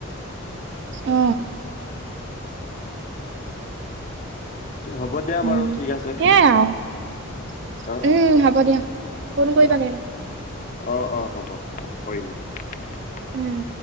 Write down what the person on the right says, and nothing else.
অ।
উ,
সেই আৰু উম,
হ'ব দিয়া ফোন কৰিবা
কেতিয়াবা।
উম।